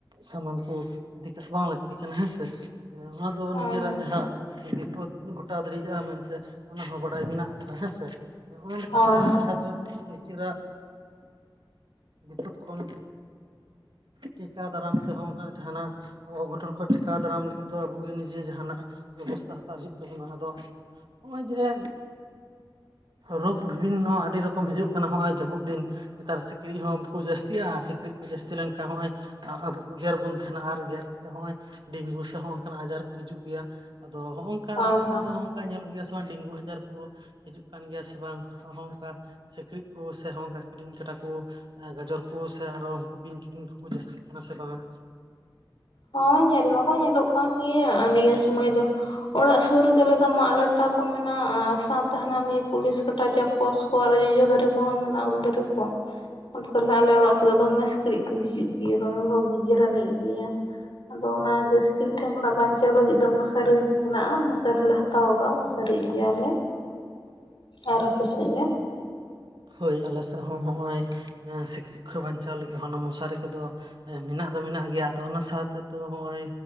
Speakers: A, on the right (about 65°); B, on the left (about 75°).
A: ᱥᱟᱢᱟᱱ ᱠᱚ ᱤᱫᱤ ᱠᱟᱜ ᱵᱟᱝ ᱞᱟᱹᱠᱛᱤ ᱠᱟᱱᱟ ᱦᱮᱸᱥᱮ ᱾ ᱮ ᱚᱱᱟ ᱫᱚ
B: ᱦᱳᱭ
A: ᱱᱤᱡᱮᱨᱟᱜ
B: ᱦᱳᱭ
A: ᱡᱟᱦᱟᱸ ᱵᱤᱯᱚᱫ ᱜᱷᱚᱴᱟᱣ ᱫᱟᱲᱮᱭᱟᱜᱼᱟ ᱢᱮᱱᱛᱮ ᱚᱱᱟ ᱦᱚᱸ ᱵᱟᱲᱟᱭ ᱢᱮᱱᱟᱜ ᱠᱟᱫᱟ ᱦᱮᱸᱥᱮ, ᱚᱱᱟ ᱞᱮᱠᱟᱛᱮ
B: ᱦᱳᱭ
A: ᱡᱟᱦᱟᱸ ᱫᱚ ᱱᱤᱡᱮᱨᱟᱜ ᱵᱤᱯᱚᱫ ᱠᱷᱚᱱ ᱴᱮᱠᱟ ᱫᱟᱨᱟᱢ ᱥᱮ ᱦᱚᱸ ᱚᱝᱠᱟ ᱡᱟᱦᱟᱱᱟᱜ ᱚᱜᱷᱚᱴᱚᱱ ᱠᱷᱚᱜ ᱴᱮᱠᱟᱣ ᱫᱟᱨᱟᱢ ᱞᱟᱹᱜᱤᱫ ᱫᱚ ᱟᱵᱚᱜᱮ ᱱᱤᱡᱮ ᱡᱟᱦᱟᱸᱱᱟᱜ ᱵᱮᱵᱚᱥᱛᱷᱟ ᱦᱟᱛᱟᱣ ᱦᱩᱭᱩᱜ ᱛᱟᱵᱚᱱᱟ ᱾ ᱟᱫᱚ ᱦᱚᱸᱜᱼᱚᱭ ᱡᱮ ᱨᱳᱜᱽ ᱵᱤᱵᱷᱤᱱᱱᱚ ᱟᱹᱰᱤ ᱨᱚᱠᱚᱢ ᱦᱤᱡᱩᱜ ᱠᱟᱱᱟ ᱦᱚᱸᱜᱼᱚᱭ ᱡᱟᱹᱯᱩᱜ ᱫᱤᱱ ᱾ ᱱᱮᱛᱟᱨ ᱥᱤᱠᱲᱤᱡ ᱦᱚᱸ ᱵᱟᱠᱚ ᱡᱟᱹᱥᱛᱤᱜᱼᱟ, ᱟᱨ ᱥᱤᱠᱲᱤᱡ ᱠᱚ ᱡᱟᱹᱥᱛᱤ ᱞᱮᱱᱠᱷᱟᱡ ᱦᱚᱜᱼᱚᱭ ᱟ ᱟᱵᱩ ᱠᱩ ᱜᱮᱨ ᱵᱩᱱ ᱛᱟᱸᱦᱮᱱᱟ ᱟᱨ ᱜᱮᱨ ᱠᱟᱛᱮᱜ ᱦᱚᱜᱼᱚᱭ ᱰᱮᱝᱜᱩ ᱥᱮ ᱦᱚᱸ ᱚᱝᱠᱟᱱᱟᱜ ᱟᱡᱟᱨ ᱠᱚ ᱦᱤᱡᱩᱜ ᱜᱮᱭᱟ ᱾ ᱟᱫᱚ ᱦᱚᱸᱜ ᱚᱝᱠᱟ
B: ᱦᱳᱭ
A: ᱟᱯᱮ
B: ᱦᱳᱭ
A: ᱥᱮᱫ ᱫᱚ ᱦᱚᱜ ᱚᱝᱠᱟ ᱧᱮᱞᱚᱜ ᱜᱮᱭᱟ ᱥᱮ ᱵᱟᱝ ᱰᱮᱝᱜᱩ ᱟᱡᱟᱨ ᱠᱚ ᱦᱤᱡᱩᱜ ᱠᱟᱱ ᱜᱮᱭᱟ ᱥᱮ ᱵᱟᱝ ᱦᱚᱝ ᱠᱟ ᱥᱤᱠᱲᱤᱡ ᱠᱚ ᱥᱮ ᱦᱚᱝ ᱠᱟ ᱠᱤᱰᱤᱧ ᱠᱟᱴᱟ ᱠᱚ, ᱟ ᱜᱟᱡᱚᱨ ᱠᱚ ᱥᱮ ᱟᱨᱚ ᱩᱝᱠᱩ ᱵᱤᱧ ᱠᱤᱫᱤᱧ ᱠᱩᱠᱩ ᱡᱟᱹᱥᱛᱤᱜ ᱠᱟᱱᱟ ᱥᱮ ᱵᱟᱝᱟ?
B: ᱦᱚᱸ ᱧᱮᱞ ᱢᱟᱠᱚ ᱧᱮᱞᱚᱜ ᱠᱟᱱ ᱜᱮᱭᱟ ᱟᱨ ᱱᱤᱭᱟᱹ ᱥᱩᱢᱚᱭ ᱫᱚ ᱾ ᱚᱲᱟᱜ ᱥᱩᱨ ᱨᱮᱜᱮ ᱟᱞᱮᱫᱚ ᱢᱟᱜ ᱞᱟᱴᱟ ᱠᱚ ᱢᱮᱱᱟᱜᱼᱟ ᱥᱟᱶᱛᱮ ᱦᱟᱱᱟ ᱱᱤᱭᱟᱹ ᱯᱩᱞᱤᱥ ᱠᱟᱴᱟ ᱪᱟ ᱯᱚᱥ ᱠᱚ ᱟᱨᱚ ᱡᱚᱡᱚ ᱫᱟᱨᱤ ᱠᱚᱦᱚᱸ ᱢᱮᱱᱟᱜᱼᱟ ᱩᱞ ᱫᱟᱨᱤ ᱠᱚ ᱾ ᱟᱫᱚ ᱛᱟᱦᱚᱞᱮ ᱟᱞᱮ ᱚᱲᱟᱜ ᱥᱮᱫ ᱫᱚᱢᱮ ᱥᱤᱠᱬᱤᱡ ᱠᱚ ᱦᱤᱡᱩᱜ ᱜᱮᱭᱟ, ᱫᱚᱢᱮ ᱠᱚ ᱜᱮᱜᱮᱨᱟᱱᱤᱡ ᱜᱮᱭᱟ ᱾ ᱟᱫᱚ ᱚᱱᱟ ᱜᱮ ᱥᱤᱠᱲᱤᱡ ᱴᱷᱮᱱ ᱠᱷᱚᱱᱟᱜ ᱵᱟᱧᱪᱟᱣ ᱞᱟᱹᱜᱤᱫ ᱫᱚ ᱢᱚᱥᱟᱨᱤ ᱢᱮᱱᱟᱜᱼᱟ, ᱢᱚᱥᱟᱨᱤ ᱞᱮ ᱦᱟ ᱛᱟᱣ ᱠᱟᱜᱼᱟ ᱢᱚᱥᱟᱨᱤᱜ ᱜᱮᱭᱟᱞᱮ ᱟᱨ ᱟᱯᱮ ᱥᱮᱜ ᱜᱮ?
A: ᱦᱳᱭ, ᱟᱞᱮ ᱥᱮᱜ ᱦᱚᱸ ᱦᱚᱜᱼᱚᱭ ᱥᱤᱠᱲᱤᱡ ᱠᱷᱚᱱ ᱵᱟᱧᱪᱟᱣ ᱞᱟᱹᱜᱤᱫ ᱦᱚᱸ ᱚᱱᱟ ᱢᱚᱥᱟᱨᱤ ᱠᱚᱫᱚ ᱢᱮᱱᱟᱜ ᱫᱚ ᱢᱮᱱᱟᱜ ᱜᱮᱭᱟ ᱾ ᱟᱫᱚ ᱚᱱᱟ ᱥᱟᱶᱛᱮᱛᱚ ᱦᱚᱸᱜᱼᱚᱭ